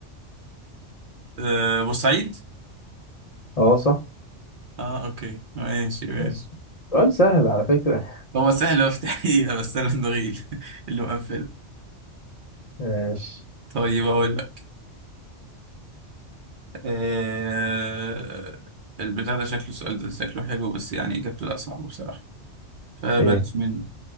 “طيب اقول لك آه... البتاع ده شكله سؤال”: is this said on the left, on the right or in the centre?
Right